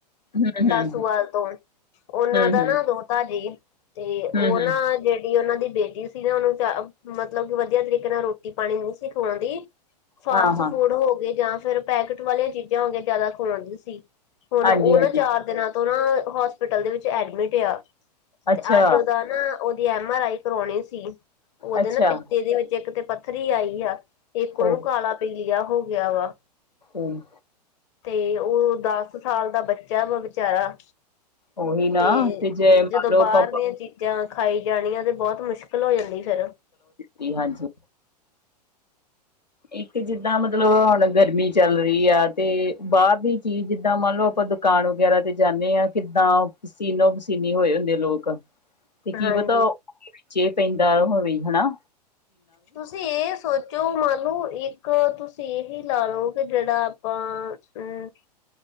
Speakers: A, on the left; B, on the left.
A: ਹੂੰ ਹੂੰ
B: ਦਾਸੂਵਾਲ ਤੋਂ। ਉਹਨਾਂ
A: ਹਮ
B: ਦਾ
A: ਹਮ
B: ਨਾ ਦੋਤਾ ਜੇ ਤੇ ਉਹ
A: ਹਮ ਹਮ
B: ਨਾ ਜਿਹੜੇ ਤੇ ਉਹਨਾਂ ਦੀ ਬੇਟੀ ਸੀ ਨਾ, ਉਹਨੂੰ ਚ ਮਤਲਬ ਕਿ ਵਧੀਆ ਤਰੀਕੇ ਨਾਲ ਰੋਟੀ ਪਾਣੀ ਨਹੀਂ ਸੀ ਖਵਾਉਂਦੀ। ਫਾਸਟ
A: ਹਾਂ ਹਾਂ
B: ਫੂਡ ਹੋ ਗਏ ਜਾਂ ਫਿਰ ਪੈਕਟ ਵਾਲੀਆਂ ਚੀਜ਼ਾਂ ਹੋ ਗਈਆ, ਜ਼ਿਆਦਾ ਖਵਾਉਂਦੀ ਸੀ। ਹੁਣ
A: ਹਾਂਜੀ
B: ਉਹ
A: ਹਾਂਜੀ
B: ਨਾ ਚਾਰ ਦਿਨਾਂ ਤੋਂ ਨਾ ਹੋਸਪਿਟਲ ਦੇ ਵਿੱਚ ਐਡਮਿਟ ਆ।
A: ਅੱਛਾ
B: ਤੇ ਅੱਜ ਉਹਦਾ ਨਾ, ਉਹਦੀ ਐਮ ਆਰ ਆਈ ਕਰਵਾਉਣੀ ਸੀ। ਉਹਦੇ
A: ਅੱਛਾ
B: ਨਾ ਪਿੱਤੇ ਦੇ ਵਿੱਚ ਇੱਕ ਤੇ ਪਥ ਥ੍ਰੀ ਆਈ ਆ, ਇੱਕ ਉਹਨੂੰ
A: ਹੋ
B: ਕਾਲਾ ਪੀਲਿਆ ਹੋ ਗਿਆ ਵਾ।
A: ਉਹ!
B: ਤੇ ਓ ਦਸ ਸਾਲ ਦਾ ਬੱਚਾ ਵਾ ਵਿਚਾਰਾ।
A: ਉਹੀ ਨਾ
B: ਤੇ
A: ਜੇ ਮੰਨ
B: ਜਦੋਂ
A: ਲਓ ਆਪਾਂ
B: ਬਾਰ ਦੀਆਂ ਚੀਜ਼ ਜਾਂ ਖਾਈ ਜਾਣੀਆ ਤੇ ਬਹੁਤ ਮੁਸ਼ਕਿਲ ਹੋ ਜਾਂਦੀ ਫੇਰ।
A: ਜੀ ਹਾਂਜੀ। ਇੱਕ ਜਿੱਦਾਂ ਮਤਲਬ ਹੁਣ ਗਰਮੀ ਚੱਲ ਰਹੀ ਆ ਤੇ ਬਾਰ ਦੀ ਚੀਜ਼, ਜਿੱਦਾਂ ਮੰਨ ਲਓ ਆਪਾਂ ਦੁੱ ਕਾਡ ਵਗੈਰਾ ਤੇ ਜਾਂਨੇ ਆਂ, ਕਿੱਦਾਂ ਪਸੀਨੋ-ਪਸੀਨੀ ਹੋਏ ਹੁੰਦੇ ਲੋਕ। ਤੇ ਕੀ
B: ਹਾਂਜੀ
A: ਪਤਾ ਓਦੇ ਵਿੱਚੇ ਪੈਂਦਾ ਹੋਵੇ, ਹੈਨਾ।
B: ਤੁਸੀਂ ਏਸ ਸੋਚੋ, ਮੰਨ ਲੋ ਇੱਕ ਤੁਸੀਂ ਏਹੀ ਲਾ ਲੋ ਕਿ ਜੇੜਾ ਆਪਾਂ ਅ